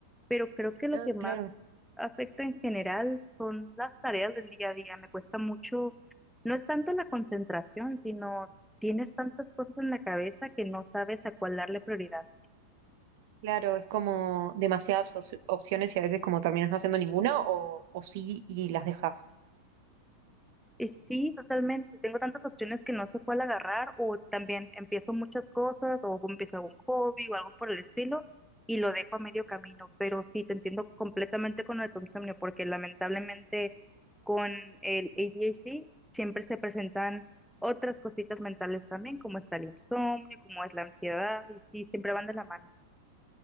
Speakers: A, in the centre; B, on the right.
A: Pero creo que lo
B: Ah,
A: que más
B: claro.
A: afecta en general son las tareas del día a día. Me cuesta mucho, no es tanto la concentración, sino tienes tantas cosas en la cabeza que no sabes a cuál darle prioridad.
B: Claro, es como demasiadas op- opciones y a veces como terminas no haciendo ninguna o, o sí y las dejas.
A: Eh, Sí, totalmente. Tengo tantas opciones que no sé cuál agarrar o también empiezo muchas cosas o empiezo algún hobby o algo por el estilo y lo dejo a medio camino. Pero sí, te entiendo completamente con lo de tu insomnio porque lamentablemente con el ADHD siempre se presentan otras cositas mentales también, como está el insomnio, como es la ansiedad y sí, siempre van de la mano.